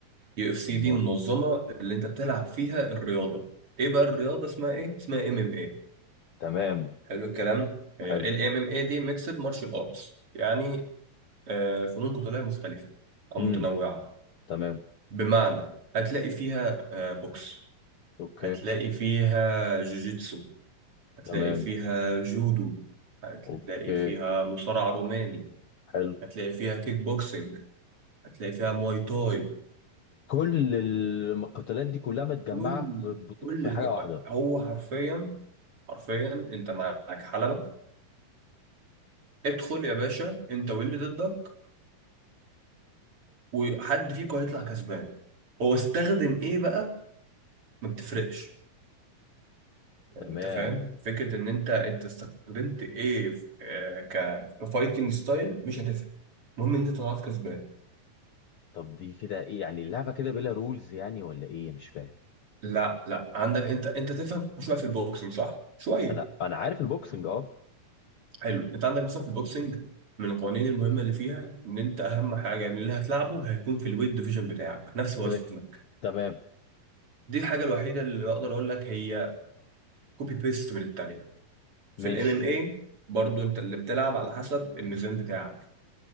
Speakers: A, on the right; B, on the left.
A: يو اف سي
B: امال
A: دي منظمه اللي انت بتلعب فيها الرياضه ايه بقى الرياضه اسمها ايه اسمها ام ام اي
B: تمام
A: حلو الكلام الام
B: حلو
A: ام اي دي ميكسد مارشال ارتس يعني آه فنون قتاليه مختلفه او
B: امم
A: متنوعه
B: تمام
A: بمعنى هتلاقي فيها آه بوكس
B: اوكي
A: هتلاقي فيها جوجيتسو هتلاقي
B: تمام
A: فيها جودو هتلاقي
B: اوكي
A: فيها مصارع روماني
B: حلو
A: هتلاقي فيها كيك بوكسينج هتلاقي فيها مواي تاي
B: كل المقاتلات دي كلها متجمعه
A: كل
B: في بطو...
A: كل
B: في حاجه
A: كل-
B: واحده
A: هو حرفيا حرفيا انت معاك حلبة ادخل يا باشا انت واللي ضدك وحد فيكم هيطلع كسبان هو استخدم ايه بقى ما بتفرقش يعني
B: تمام
A: انت فاهم فكرة ان انت انت استخدمت ايه في- آه، ك كفايتنج ستايل مش هتفرق المهم ان انت طلعت كسبان
B: طب دي كده ايه يعني اللعبه كده بلا رولز يعني ولا ايه مش فاهم
A: لا لا عندك انت انت تفهم شوية في البوكسنج صح شوية
B: انا انا عارف البوكسنج اه
A: حلو انت عندك مثلا في البوكسنج من القوانين المهمه اللي فيها ان انت اهم حاجه ان اللي هتلعبه هيكون في الويت ديفيجن بتاعك نفس وزنك
B: كده ك- تمام
A: دي الحاجه الوحيده اللي اقدر اقول لك هي كوبي بيست من التانيه في
B: ماشي
A: الام ام اي برضو انت اللي بتلعب على حسب الميزان بتاعك